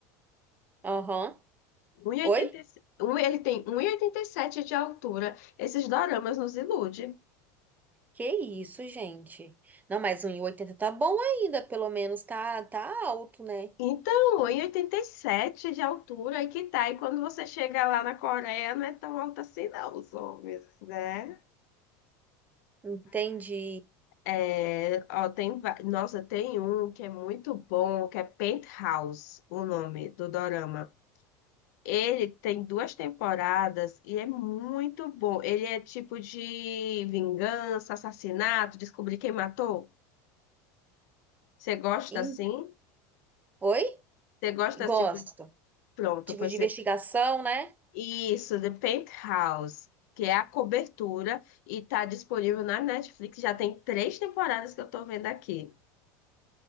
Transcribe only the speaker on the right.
Aham.
Oi?
Que isso, gente? Não, mas um e oitenta tá bom ainda, pelo menos tá, tá alto, né?
Entendi.
Em-
Oi?
Gosto.
tipo
de
investigação, né?